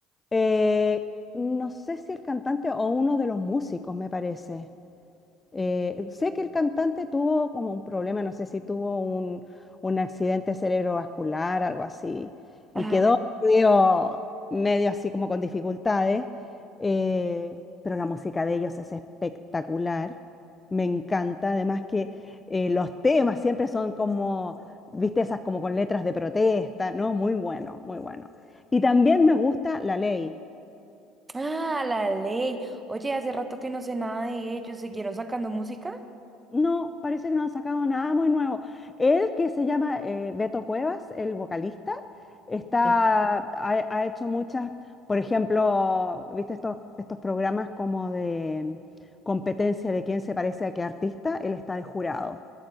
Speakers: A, on the left; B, on the right.
A: Eh, no sé si el cantante o uno de los músicos, me parece. Eh, sé que el cantante tuvo como un problema, no sé si tuvo un, un accidente cerebrovascular, algo así, y
B: Ah,
A: quedó medio, medio así como con dificultades, eh, pero la música de ellos es espectacular, me encanta, además que eh, los temas siempre son como, viste, esas como con letras de protesta, ¿no? Muy bueno, muy bueno. Y también me gusta La Ley.
B: ah, la ley. Oye, hace rato que no sé nada de ellos. ¿Siguieron sacando música?
A: No, parece que no han sacado nada muy nuevo. Él, que se llama eh, Beto Cuevas, el vocalista, está,
B: Sí.
A: ha, ha hecho muchas, por ejemplo, ¿viste estos, estos programas como de competencia de quién se parece a qué artista? Él está de jurado